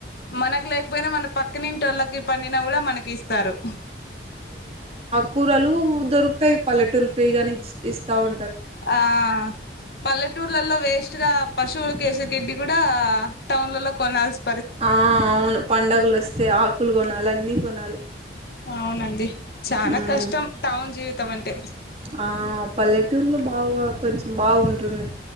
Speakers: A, on the left (about 60°); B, on the right (about 35°).
A: మనకి లేకపోయినా మన పక్ నింటోళ్ల పండిన కూడా మనకి ఇస్తారు
B: కూరలు దొరుకుతాయి పల్లెటూలు ఫ్రీ గానే ఇస్తా ఉ
A: ఆ పల్లెటూర్లలో వేస్ట్ గా పశువులు కేసే తిండి కూడా టౌన్ లో కొనాల్సింది
B: ఆ అవును పండగలోస్తే ఆకులు కొనాలి అన్నీ కొనాలి
A: అవునండి చానా
B: ఉమ్
A: కష్టం టౌన్ జీవిత తవ్వంటే
B: ఆ పల్లెటూర్లో బావు కొంచెం బాగుంటుంది